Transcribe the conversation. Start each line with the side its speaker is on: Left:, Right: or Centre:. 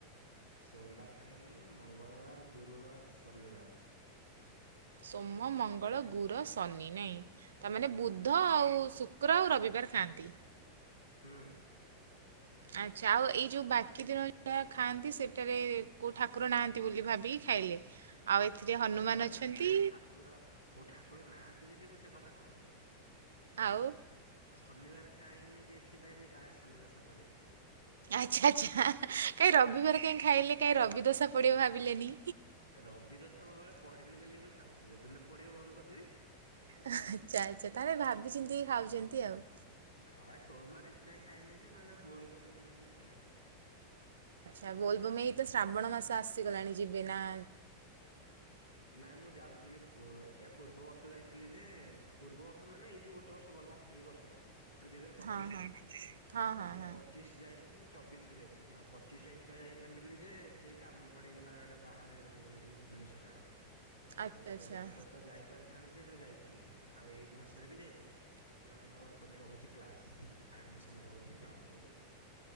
Left: ସୋମବାର ଖାଏନି ମଙ୍ଗଳବାର ଗୁରୁବାର ଶନିବାର।
Right: ସୋମ ମଙ୍ଗଳ ଗୁରୁ ଶନି ନାହିଁ ତାମାନେ
Left: ହୁଁ
Right: ବୁଧ
Left: ହୁଁ
Right: ଆଉ ଶୁକ କ୍ର ଆଉ ରବିବାର ଖାଆନ୍ତି।
Left: ହୁଁ ହଁ।
Right: ଆଚ୍ଛା ଆଉ ଏଇ ଯେଉଁ ବାକି ଦିନ ଯ ଖାଆନ୍ତି ସେଇଠାରେ କେଉଁ ଠାକୁର ନାହାନ୍ତି ବୋଲି ଭାବି। ଖାଇଲେ। ଆଉ ଏଥିରେ ହନୁମାନ
Left: ନା ନା
Right: ଅଛନ୍ତି
Left: ନା କୋଉ ଠାକୁର କୋଉ ଠାକୁର ନାହାନ୍ତି ବୋଲି ମୁଁ ସେ କଥା କହୁନି।
Right: ଆଉ।
Left: ଶନିବାର ଖାଏନି ଯେ ଏଥିପାଇଁ ଯେ କାଳେ ଶନିଦଶା ପଡିବ।
Right: ଆଚ୍ଛା ଆଚ୍ଛା କାହିଁ ରବିବାର କାହିଁ ଖାଇଲେ କାହିଁ ରବି ଦସା ପଡ଼ିବ ଭାବିଲୋନି।
Left: ରବିଦଶା ମୋ ଉପରେ ପଡିନି ବୋଲି ମୁଁ ଖାଉଛି ଯଦିିନ ପଡିବ ବନ୍ଦ କରିଦେବି।
Right: ଆଚ୍ଛା ଆଚ୍ଛା ତାହେଲେ ଭାବିଚିନ୍ତି ଖାଉଛନ୍ତି ଆଉ।
Left: ହଁ ସୋମବାର ଏଥିପାଇଁ ଖାଇନି ଯେ ମାନେ ବୋଲବମ ଯାଏ ବୋଲି ଖାଏନି।
Right: ଆଚ୍ଛା ବୋଲବମ ଏଇ ତ ଶ୍ରାବଣ ମାସ ଆସିଗଲାଣି ଯିବେ ନା
Left: ନାଇଁ ମୁଁ ଯାଉଥିଲି ପୁ ଏହା ପୂର୍ବ ବର୍ଷ ଯାଇଥି ଥିଲେ ଯେ, ପୂର୍ବ ବର୍ଷ ମାନେ ଏଇ ଯୋଉ ଗୋଟେ ବର୍ଷ ଗଲା ଏଇ ବର୍ଷ ମାନେ ଦୁଇ ହଜାର ପଚିଶି,
Right: ହଁ ହଁ ହଁ ହଁ
Left: ଦୁଇ ହଜାର
Right: ହଁ
Left: ପଚିଶ ଯାଇନଥିଲି ଚବିଶରେ ଯାଇଥିଲି, ଆଉ ପଚିଶରେ ଏଇଥି ପାଇଁ ଯାଇପାରିଲିନି ଯେ ଟିକେ କାମ ପଡିଗଲା ଗୋଟେ ବାହାରେ ରହିଗଲି। ଟିକେ ଭୁବନେଶ୍ଵର ଆଡେ,
Right: ଆଚ୍ଛା
Left: ଆଉ ସେ ମାସରେ
Right: ଆଚ୍ଛା
Left: ତ ଯାଇପାରି ଥାନ୍ତି ଯେ ହେଲେ ଯାଇପାରିଲେନି, ଆଉ ଏଇ ବର୍ଷରେ ବି ଯାଇପାରିବିନି କାରଣ ମୋର ଏପଟେ ରହୁଛି କ୍ଲାସ୍। ଆଡମିସନ ରହୁଚି, କ୍ଲାସ ରହୁଚି